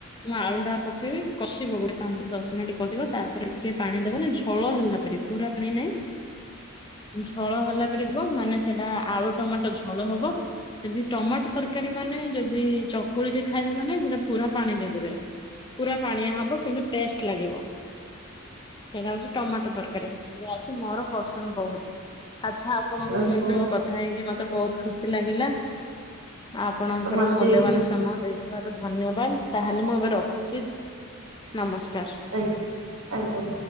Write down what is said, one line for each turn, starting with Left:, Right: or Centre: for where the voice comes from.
Left: ମୁଁ ଆଳୁ ଟା ପକେଇବି କଷିବ ଗୋଟେ ପାଞ୍ଚ ଦଶ ମିନିଟ କଷିବ ତାପରେ କିଏ ପାଣି ଦବନ ଝଳ ହେଲା ପରି ପୁରା ପାଣି ନାଇଁ ଝଳ ହେଲା ପରେ ଯିବ ମାନେ ସେଟା ଆଳୁ ଟମାଟୋ ଝଳ ହବ ଯଦି ଟମାଟୋ ତରକାରୀ ମାନେ ଯଦି ଚକୁଳି ରେ ଖାଇବୁ ମାନେ ସେଟା ପୁରା ପାଣି ଦେଇଦେବେ ପୁରା ପାଣିଆ ହବ କିନ୍ତୁ ଟେଷ୍ଟ ଲାଗିବ। ସେଟା ହଉଛି ଟମାଟୋ ଦରକାରୀ ଯାହା ହଉଛି ମୋର ପସନ୍ଦ ବହୁତ ଆଚ୍ଛା। ଆପଣଙ୍କ
Right: ଆଛା
Left: ସହିତ କଥା ହେଇକି ମତେ ବହୁତ ଖୁସି ଲାଗିଲା। ଆପଣଙ୍କର
Right: ମତେ
Left: ମୂଲ୍ୟବାନ
Right: ବି
Left: ସମୟ ଦେଇଥିବାରୁ ଧନ୍ୟବାଦ ତାହେଲେ ମୁଁ ଏବେ ରଖୁଛି ନମସ୍କାର।
Right: ଏଇ ଆଜ୍ଞା।